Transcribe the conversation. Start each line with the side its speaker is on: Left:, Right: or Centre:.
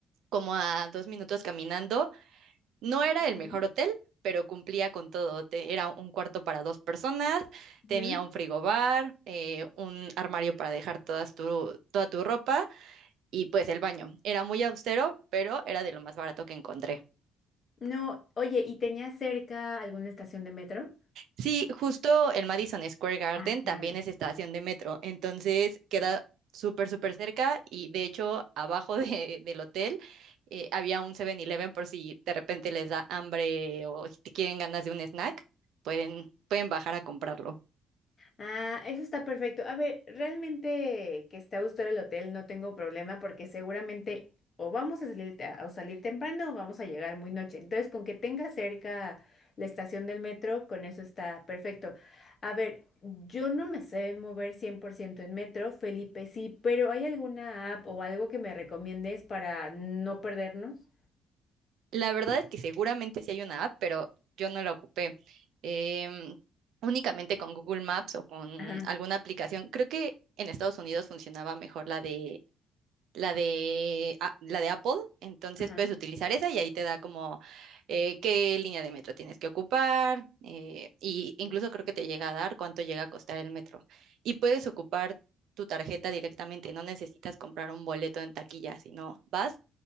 Right: como a dos minutos caminando no era
Left: Ujú.
Right: el mejor hotel, pero cumplía con todo. Te- era un cuarto para dos personas,
Left: Ujú.
Right: tenía un frigobar, eh, un armario para dejar todas tu, toda tu ropa y pues el baño. Era muy austero, pero era de lo más barato que encontré.
Left: No, oye, ¿y tenías cerca alguna estación de metro?
Right: Sí, justo el Madison Square Garden
Left: Ah, claro.
Right: también es estación de metro, entonces queda súper, súper cerca y de hecho abajo <laughs> de- del hotel eh, había un Seven eleven por si de repente les da hambre o si quieren ganas de un snack, pueden, pueden bajar a comprarlo.
Left: Ah, eso está perfecto. A ver, realmente que esté a gusto el hotel no tengo problema porque seguramente o vamos a salir, te- a salir temprano o vamos a llegar muy noche. Entonces, con que tenga cerca la estación del metro, con eso está perfecto. A ver, yo no me sé mover 100% en metro, Felipe sí, pero ¿hay alguna app o algo que me recomiendes para no perdernos?
Right: La verdad es que seguramente sí hay una app, pero yo no la ocupé. Em, únicamente con Google Maps o con
Left: Ajá,
Right: alguna aplicación. Creo que en Estados Unidos funcionaba mejor la de la de, a- la de Apple, entonces
Left: ajá.
Right: puedes utilizar esa y ahí te da como eh, qué línea de metro tienes que ocupar eh, y incluso creo que te llega a dar cuánto llega a costar el metro. Y puedes ocupar tu tarjeta directamente, no necesitas comprar un boleto en taquilla, sino vas,